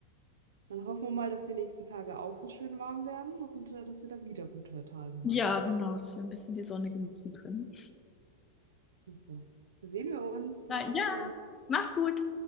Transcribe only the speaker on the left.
Ja, genau, dass wir ein bisschen die Sonne genießen können.
Na
ja,
mach's gut.